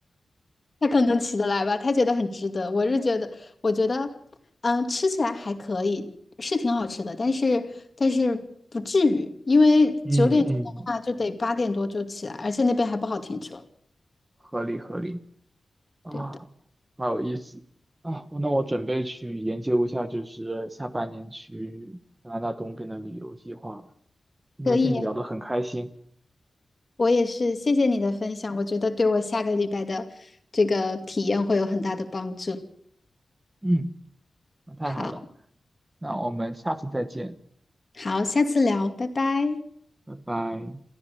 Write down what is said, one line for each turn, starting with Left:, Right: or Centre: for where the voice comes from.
Left: 他可能起得来吧，他觉得很值得。我是觉得，我觉得，嗯，吃起来还可以，是挺好吃的，但是但是不至于，因为九点钟的话就得八点多就起来，
Right: 嗯嗯，
Left: 而且那边还不好停车。
Right: 合理合理啊，
Left: 对的，
Right: 好有意思啊！那我准备去研究一下，就是下半年去加拿大东边的旅游计划了。今天跟你聊得很开心，
Left: 可以呀，我也是，谢谢你的分享，我觉得对我下个礼拜的这个体验会有很大的帮助。
Right: 嗯，那太好了，
Left: 好，
Right: 那我们下次再见，
Left: 好，下次聊，拜拜。
Right: 拜拜。